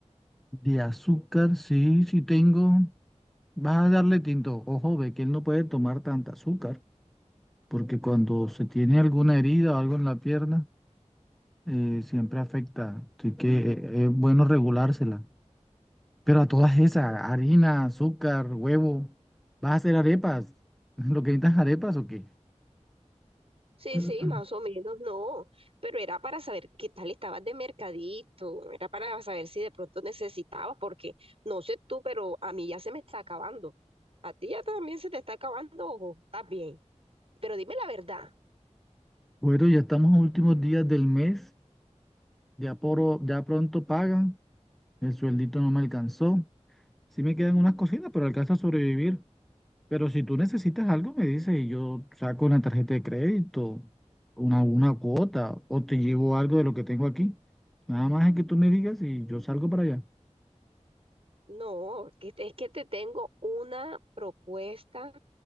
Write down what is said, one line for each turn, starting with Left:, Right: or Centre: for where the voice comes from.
Centre: De azúcar, sí, sí tengo. Vas a darle tinto. Ojo, ve que él no puede tomar tanta azúcar, porque cuando se tiene alguna herida o algo en la pierna, eh, siempre afecta. Así que eh, es bueno regulársela. Pero a todas esas, harina, azúcar, huevo, ¿vas a hacer arepas? <laughs> ¿Lo que necesitas arepas o qué?
Right: Sí,
Centre: <clears throat>
Right: sí, más o menos, no, pero era para saber qué tal estabas de mercadito, era para saber si de pronto necesitabas, porque no sé tú, pero a mí ya se me está acabando. A ti ya también se te está acabando, ojo, estás bien. Pero dime la verdad,
Centre: Bueno, ya estamos a últimos días del mes, ya, poro- ya pronto pagan, el sueldito no me alcanzó. Sí me quedan unas cositas, pero alcanza a sobrevivir. Pero si tú necesitas algo, me dices y yo saco una tarjeta de crédito, una, una cuota, o te llevo algo de lo que tengo aquí. Nada más es que tú me digas y yo salgo para allá.
Right: no, que te- es que te tengo una propuesta